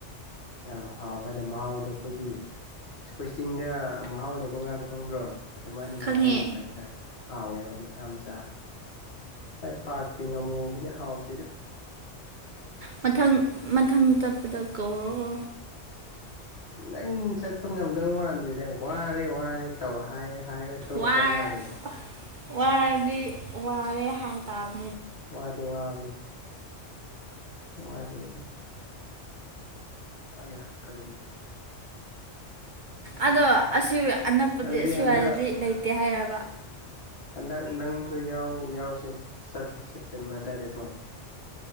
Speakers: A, on the left; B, on the right.
A: ꯌꯥꯝ ꯍꯥꯎꯕ ꯍꯥꯏꯗ ꯃꯍꯥꯎꯗꯣ ꯑꯩꯈꯣꯏꯒꯤ ꯑꯩꯈꯣꯏ ꯆꯤꯡꯗ ꯃꯍꯥꯎ ꯂꯩꯕ ꯉꯥꯗꯣ ꯈꯪꯕ꯭ꯔꯣ ꯑꯗꯨꯃꯥꯏꯅ
B: ꯈꯪꯉꯦ
A: ꯃꯍꯥꯎ ꯂꯩꯕ ꯍꯥꯏꯇꯥꯔꯦ ꯍꯥꯎꯋꯦꯕ ꯃꯆꯥ ꯃꯆꯥ ꯁꯥꯏ ꯄꯥꯠꯀꯤ ꯉꯥꯃꯨꯒꯨꯝꯕꯗꯤ ꯍꯥꯎꯇꯦꯗ
B: ꯃꯊꯪ ꯃꯊꯪ ꯆꯠꯄꯗ ꯀꯧꯔꯣ
A: ꯅꯪ ꯆꯠꯄ ꯉꯝꯗꯧ ꯃꯥꯟꯗꯦꯅꯦ ꯍ꯭ꯋꯥꯠ ꯀꯩ ꯋꯥꯔꯦ ꯇꯧ ꯍꯥꯏ ꯍꯥꯏꯔꯒ ꯇꯧ
B: ꯋꯥꯔ
A: ꯇꯣꯛꯇꯧ ꯃꯥꯜꯂꯦꯗ
B: ꯋꯥꯔꯗꯤ ꯋꯥꯔꯦ ꯍꯥꯏꯇꯥꯕ
A: ꯋꯥꯗꯤ ꯋꯥꯕꯅꯦ ꯋꯥꯗꯤ ꯋꯥ ꯑꯌꯥ ꯀꯩꯅꯣ
B: ꯑꯗꯣ ꯑꯁꯤ ꯑꯅꯛꯄꯗꯤ
A: ꯑꯗꯨꯗꯤ
B: ꯑꯁꯤꯋꯥꯏꯗꯗꯤ
A: ꯍꯟꯗꯛ
B: ꯂꯩꯇꯦ ꯍꯥꯏꯔꯕ
A: ꯍꯟꯗꯛ ꯅꯪꯁꯨ ꯌꯥꯎ ꯌꯥꯎꯁꯦ ꯆꯠꯁꯦ ꯁꯦꯞꯇꯦꯝꯕꯔ ꯑꯗꯨꯋꯥꯏꯗꯀꯣ